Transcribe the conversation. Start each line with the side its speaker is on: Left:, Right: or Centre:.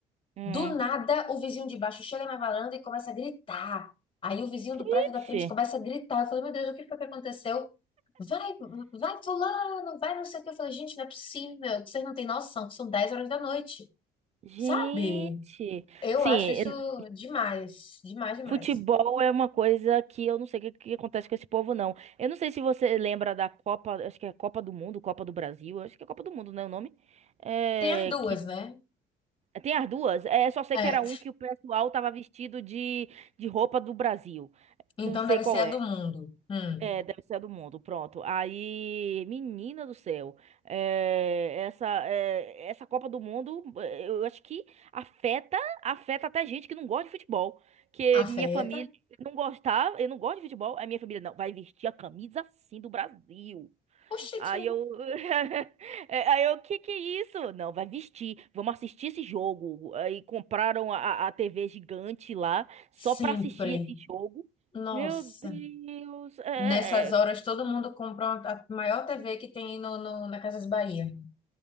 Right: hum.
Left: Do nada, o vizinho de baixo chega na varanda e começa a gritar. Aí o vizinho do
Right: Ixi,
Left: prédio da frente começa a gritar. Eu falei, meu Deus, o que foi que aconteceu? Vai, vai fulano, vai não sei o que. Eu falei, gente, não é possível, que vocês não têm noção, que são dez horas da noite,
Right: gente.
Left: sabe? Eu
Right: Sim,
Left: acho isso
Right: en-
Left: demais, demais, demais.
Right: futebol é uma coisa que eu não sei o que, que acontece com esse povo, não. Eu não sei se você lembra da Copa, acho que é Copa do Mundo, Copa do Brasil, acho que é Copa do Mundo, né, o nome? É,
Left: Tem as duas,
Right: que
Left: né?
Right: Tem as duas? É, só sei
Left: É,
Right: que era um que o pessoal tava vestido de, de roupa do Brasil.
Left: então
Right: Não sei
Left: deve
Right: qual
Left: ser a
Right: é.
Left: do mundo. Hum,
Right: É, deve ser a do mundo. Pronto. Aí, menina do céu, é, essa, é, essa Copa do Mundo, é, eu acho que afeta, afeta até gente que não gosta de futebol. Que
Left: afeta.
Right: minha família não gostava, eu não gosto de futebol, aí minha família não, vai vestir a camisa assim do Brasil.
Left: Oxente,
Right: Aí eu. <laughs> É, Aí eu, o que que é isso? Não, vai vestir. Vamos assistir esse jogo. Aí compraram a, a a TV gigante lá só
Left: sempre.
Right: pra assistir esse jogo.
Left: Nossa.
Right: Meu Deus. É,
Left: Nessas horas,
Right: é,
Left: todo mundo compra a maior TV que tem no, no- na Casas Bahia.